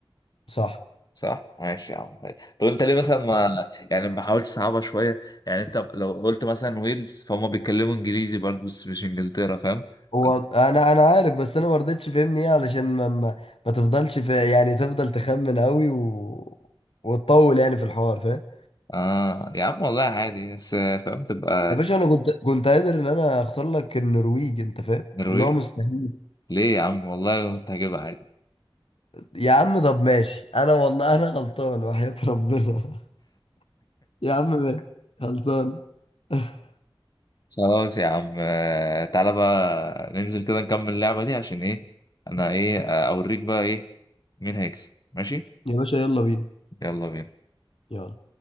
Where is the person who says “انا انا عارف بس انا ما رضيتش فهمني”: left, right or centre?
Left